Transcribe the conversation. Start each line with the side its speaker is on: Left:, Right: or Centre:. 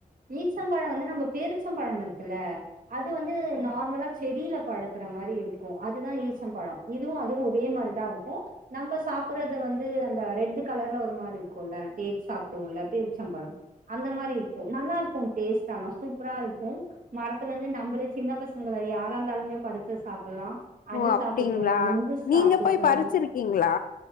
Right: ஈச்சம்பழோ வந்து நம்ம பேரிச்சபழம் இருக்குல்ல அது வந்து நார்மலா செடியில பழுக்கற மாரி இருக்கு அதுதா ஈச்சப்பழம் இதுவு அதுவு ஒரே மாரிதா இருக்கு நம்ம சாப்பறது வந்து அந்த ரெட்டு கலர்ல ஒரு மாரி இருக்குல்ல தேட்ஸ் சாப்டுவோல பேரிச்சபழம் அந்த மாரி இருக்கு நல்லாருக்கு டேஸ்ட்டா ஆானா சூப்ரா இருக்கு மரத்துல இருந்து நம்ளே சின்ன பசங்க வேற யாரா இருந்தாலுமே பறிச்சி சாப்புல்லா அது
Left: ஓ
Right: சாப்புட்டோ
Left: அப்டிங்களா
Right: ங்கு சாப்புட்டோ
Left: நீங்க போய் பறிச்சிருக்கீங்களா